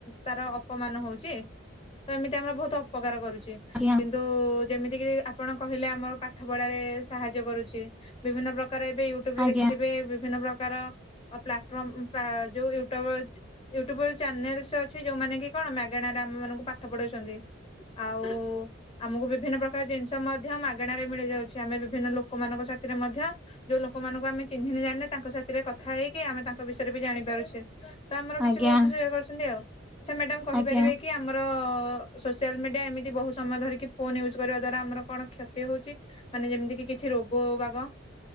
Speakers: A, on the left; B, in the centre.
A: ତାର ଅପମାନ ହଉଚି। ଆମର ବହୁତ୍ ଅପକାର କରୁଛି
B: ଆଜ୍ଞା
A: କିନ୍ତୁ ଯେମିତିକି ଆପଣ କହିଲେ ଆମର ପାଠ ପଢାରେ ସାହାଯ୍ୟ କରୁଛି ବିଭିନ୍ନ ପ୍ରକା <unintelligible> ଏବେ ୟୁଟ୍ୟୁବ ରେ
B: ଆଜ୍ଞା
A: ଦେଖିଥିବେ ବିଭିନ୍ନ ପ୍ରକାର ପ୍ଲାଟଫର୍ମ ଯୋଉ ୟୁଟୁବର ୟୁଟ୍ୟୁବ ଚ୍ୟାନେଲେସ୍ ଅଛି ଯୋଉମାନେ କି କଣ ମାଗଣା ଆାମ ମାନଙ୍କୁ ପାଠ ପଢାଉଛନ୍ତି। ଆଉ ଆମକୁ ବିଭିନ୍ନ ପ୍ରକାର ଜିନିଷ ମଧ୍ୟ ମାଗଣା ରେ ମିଳି ଯାଉଛି ଆମେ ବିଭିନ୍ନ ଲୋକମାନଙ୍କ ସ ସେଥିରେ ମଧ୍ୟ ଯୋଉ ଲୋକମାନଙ୍କୁ ଆମେ ଚିହ୍ନିନେ ଜାଣିନେ ତାଙ୍କ ସାଥିରେ କଥା ହେଇକି ଆମେ ତାଙ୍କ ବିଷୟରେ ବି ଜାଣି ପାରୁଛେ। ତ ଆମର କିଛି
B: ଆଜ୍ଞା
A: ବହୁତ୍ <unintelligible> କରୁଛନ୍ତି ଆଉ ଆଚ୍ଛା ମ୍ୟାଡାମ କହିପାରିବେ
B: ଆଜ୍ଞା
A: କି ଆମର ସୋସିଆଲ ମିଡିଆ ଏମିତି ବହୁତ ସମୟ ଧରିକି ଫୋନ ୟୁଜ୍ କରିବା ଦ୍ଵାରା ଆମର କଣ କ୍ଷତି ହଉଛି ମାନେ ଯେମିତି କି କିଛି ରୋଗ ବାଗ।